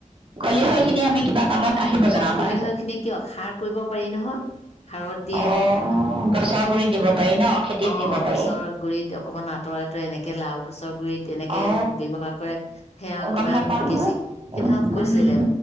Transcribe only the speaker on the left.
লোক,
অ'।
খলিহৈখিনি কিয় খাৰ ক পাৰি নহয় সাৰত দিয়ে
অ',
গছৰ গুৰিত অকণমান আঁতৰাই, আঁতৰাই এনেক কে লাওঁ, গছৰ গুৰিত তেনেকে
ব্যৱহাৰ কৰে। সেয়া
কিমান
কেজি,
সেইধৰক
কৈছিলে,